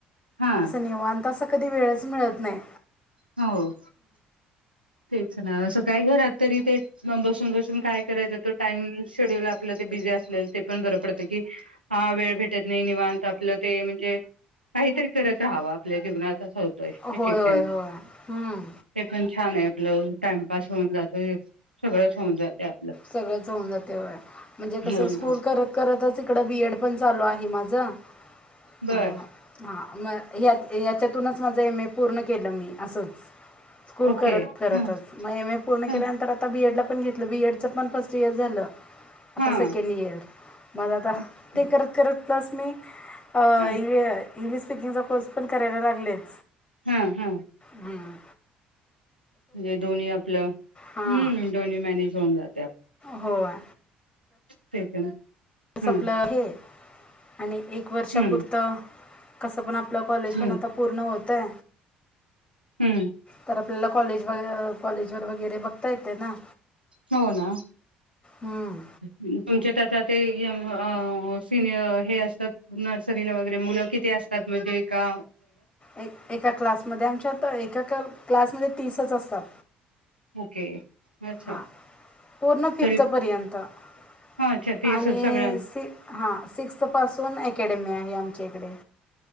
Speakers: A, on the right; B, on the left.
A: हा
B: असं निवांत असा कधी वेळच स्मळत नाही.
A: हो तेच ना असं काय घरात तरी ते बसून बसून काय करायचं तो टाइम शेड्यूल आपल्या ते बिझी असलेल ते पण बर पड ते की हा वेळ भेट त्यातनी निवांत आपलं ते म्हणजे काहीतरी करत राहावं आपल्या जीवनाचा शोध इफेक्ट
B: होय होय
A: टाइम
B: होय हं.
A: ते पण छान आहे. आपलं टाइमपास होऊन जातय सगळंच होऊन जातय आपलं
B: सगळंच होऊन जाते वेळ म्हणजे कसं
A: हो
B: स्कूल
A: ना
B: करत करतच इकडं बीएड पण चालू आहे माझं.
A: बर
B: अं हा म ह्यात याच्यातूनच माझं एम ए... पूर्ण केलं मी असंच.. स्कूल
A: ओके
B: करत करतच
A: हा
B: मग एम ए पूर्ण
A: हा
B: केल्यानंतर आता बीएड ला पण घेत... बीए ड... तिच पन फर्स्ट इयर झालं आता
A: हा
B: सेकंड इयर मग आता
A: ओके
B: ते करत करत पस मी अ
A: हा
B: इंग.... इंग्लिश स्पीिकिंगचा कोर्स पण करायला लागलेच.
A: हा हा
B: हम्म
A: म्हणजे दोन्ही आपलं
B: हां
A: हम्म दोन्ही मॅनेज होऊन जात...
B: होय.....
A: तेच ना....
B: सपलं
A: हम्म
B: हे..... आणि एक वर्षापुरतं?
A: हम्म
B: कसं पण आपलं कॉलेज पण
A: हम्म
B: आता पूर्ण होत त्ते....
A: हम्म
B: तर आपल्याला कॉलेज व कॉलेज... जर वगैरे बघता येते ना?
A: हो ना
B: हम्म.
A: तुमच्या त्या ते य आ सिनियर हे असतात नर्सरीला वगैरे मुलं किथ असतात म्हणजे का?
B: एक एका क्लासमध्ये आमच्यात एकाक.... क्लासमध्ये तीसच असतात.
A: ओके अच्छा
B: हा पूर्ण फी
A: तरी
B: फ्त पर्यंत आणि
A: हा अच्छा ते सगळ्यां
B: सिक् हा सिक्स पासून अकॅडमी आहे आम...... ये इकडे....